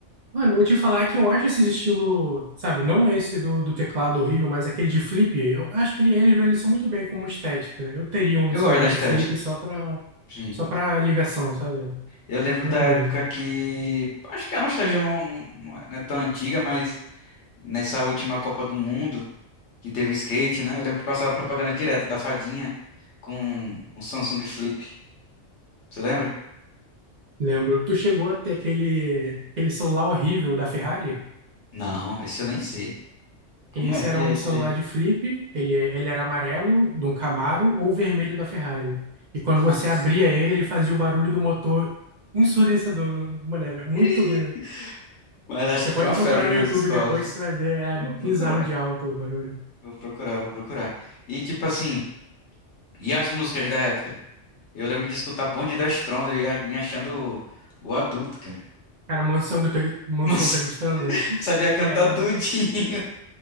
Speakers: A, on the right; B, on the left.
A: Mano, eu vou te falar que eu acho esse estilo, sabe, não esse do, do teclado horrível, mas aquele de flip, eu acho que ele, ele envelheceu muito bem como estética. Eu teria um
B: Eu
A: celular
B: gosto da
A: de
B: estética.
A: flip só pra,
B: Sim.
A: só pra ligação, sabe?
B: Eu lembro
A: Acho
B: da
A: muito
B: época
A: bonito.
B: que. Acho que a nostalgia não, não, não é não é tão antiga, mas. nessa última Copa do Mundo que teve o skate, né? Eu lembro que passava propaganda direta da fadinha com um Samsung Flip. Você lembra?
A: Lembro. Tu chegou a ter aquele, aquele celular horrível da Ferrari?
B: Não, esse eu nem sei. Como
A: Esse
B: é que
A: era um
B: é esse
A: celular
B: daí?
A: de flip, ele, ele era amarelo, de um Camaro, ou vermelho da Ferrari. E quando
B: Nossa.
A: você abria ele, ele fazia o barulho do motor ensurdecedor. no- Mano, era muito
B: <laughs>
A: ruim.
B: Mas acho
A: Você
B: que foi
A: pode
B: uma
A: procurar
B: febre nas
A: no YouTube
B: escolas.
A: depois
B: hein?
A: que você vai ver, é
B: Vou
A: bizarro
B: procurar,
A: de alto o barulho.
B: vou procurar, vou procurar. E tipo assim, e as músicas da época? Eu lembro de escutar Bonde das Trompas e a- me achando o, o adulto, cara.
A: Cara, Mansão, Gutag- Mansão
B: Nossa,
A: Tagstranda,
B: <laughs> eu sabia cantar
A: era,
B: tudinho.